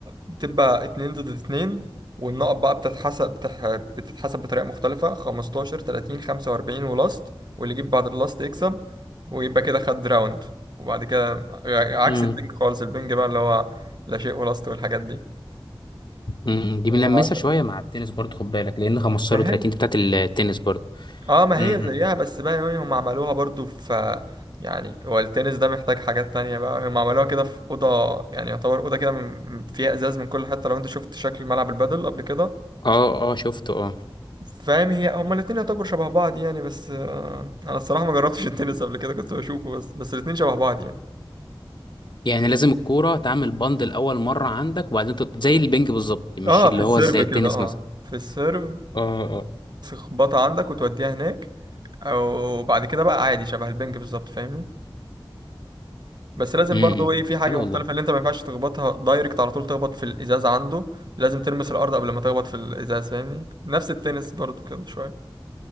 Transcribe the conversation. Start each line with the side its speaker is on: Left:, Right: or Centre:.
Right: بتبقى اتنين ضد اتنين والنقط بقى بتتحسب بتح... بتتحسب بطريقة مختلفة 15 30 45 ولاست واللي يجيب بعد اللاست يكسب ويبقى كده خد راوند وبعد كده ع- عكس
Left: امم
Right: البنج خالص البنج بقى اللي هو لا شيء ولاست والحاجات دي
Left: امم دي
Right: وعشان
Left: بنلمسها شويه مع التنس برضه خد بالك لان 15
Right: ما
Left: و30
Right: هي
Left: دي بتاعت التنس برضه
Right: اه ما
Left: امم
Right: هي زيها بس بقى يعني هم عملوها برضو في يعني هو التنس ده محتاج حاجات تانية بقى هم عملوها كده في أوضة يعني يعتبر أوضة كده من- فيها إزاز من كل حتة لو أنت شفت شكل ملعب البادل قبل كده
Left: اه اه شفته اه
Right: فاهم هي هما الاتنين يعتبروا شبه بعض يعني بس آه، انا الصراحه ما جربتش التنس قبل كده كنت بشوفه بس بس الاتنين شبه بعض يعني
Left: يعني لازم الكوره تعمل بند الاول مره عندك وبعدين تط... زي البينج بالظبط مش
Right: اه
Left: اللي
Right: في السيرف
Left: هو زي التنس
Right: كده اه
Left: مثلا
Right: في السيرف
Left: اه اه
Right: تخبطها عندك وتوديها هناك او بعد كده بقى عادي شبه البنج بالظبط فاهمني بس لازم
Left: امم
Right: برضه ايه في حاجه
Left: حلو
Right: مختلفه
Left: والله
Right: اللي انت ما ينفعش تخبطها دايركت على طول تخبط في الازاز عنده لازم تلمس الارض قبل ما تخبط في الازاز فاهمني نفس التنس برضه كده شويه